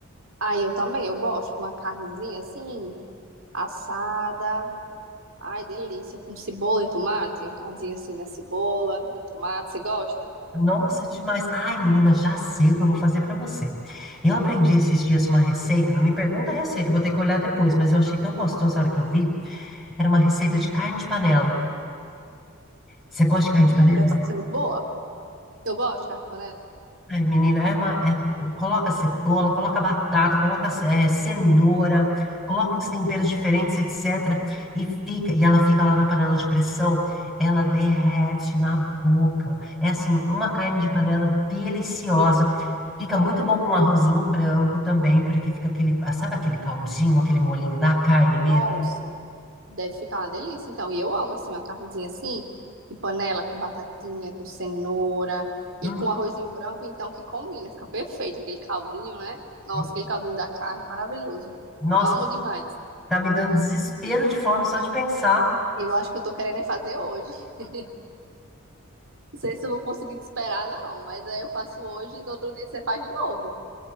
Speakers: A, on the right; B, in the centre.
A: Aí eu também, eu gosto de uma carnezinha assim, assada. Ai, delícia, com cebola e tomate, uma carnezinha assim na cebola, na tomate, você gosta?
B: Nossa, demais. Ai, menina, já sei o que eu vou fazer pra você. Eu aprendi esses dias uma receita, não me pergunta a receita, eu vou ter que olhar depois, mas eu achei tão gostoso a hora que eu vi. Era uma receita de carne de panela. Você gosta de carne
A: Hum,
B: de panela?
A: deve ser muito boa. Eu gosto de carne de panela.
B: Ai, menina, é uma- é- coloca cebola, coloca batata, coloca ce- eh, cenoura, coloca uns temperos diferentes, etc. E fica, e ela fica lá na panela de pressão, ela derrete na boca. É assim, uma carne de panela deliciosa. Fica muito bom com arrozinho branco também, porque fica aquele, ah, sabe aquele caldinho, aquele molinho da carne
A: Nossa,
B: mesmo?
A: deve ficar uma delícia. Então, e eu amo assim uma carnezinha assim, de panela com batatinha, com cenoura e
B: Hum,
A: com arrozinho branco, então que combina, fica perfeito aquele caldinho, né? Nossa,
B: hum.
A: aquele caldinho da carne, maravilhoso.
B: nossa,
A: Amo demais.
B: tá me dando desespero de fome só de pensar.
A: Eu acho que eu tô querendo é fazer hoje. <laughs> Não sei se eu vou conseguir te esperar, não, mas aí eu faço hoje e no outro dia você faz de novo,